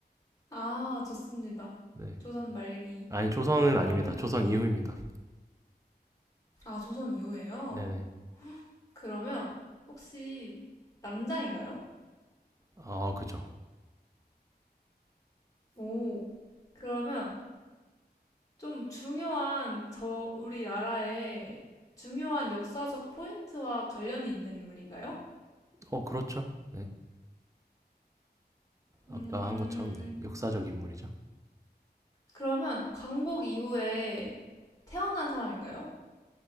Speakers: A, on the left (about 20°); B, on the right (about 20°).
A: 아, 좋습니다.
B: 네.
A: 조선 말기.
B: 아니, 조선은
A: 그러면,
B: 아닙니다. 조선 이후입니다.
A: 아, 조선 이후에요?
B: 네네.
A: 그러면, 혹시 남자인가요?
B: 아, 그죠.
A: 오, 그러면, 좀 중요한 저 우리나라의 중요한 역사적 포인트와 관련이 있는 인물인가요?
B: 어, 그렇죠. 네.
A: 음,
B: 아까 한 것처럼, 네. 역사적 인물이죠.
A: 그러면 광복 이후에 태어난 사람인가요?